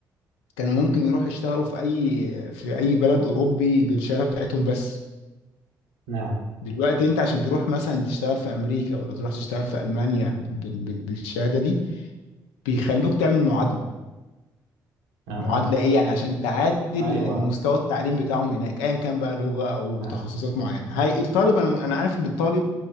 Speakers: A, on the left; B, on the right.
A: كانوا ممكن يروحوا يشتغلوا في اي في اي بلد اوروبي بالشهادة بتاعتهم بس
B: نعم
A: دلوقتي انت عشان تروح مثلا تشتغل في امريكا ولا تروح تشتغل في المانيا بال... بال... بالشهادة دي بيخلوك تعمل معادلة
B: اها
A: معادلة ايه يعني عشان تعادل
B: ايوه
A: المستوى التعليم بتاعهم هناك ايا كان بقى لغة او
B: نعم
A: تخصصات معينة هي الطالب انا انا عارف ان الطالب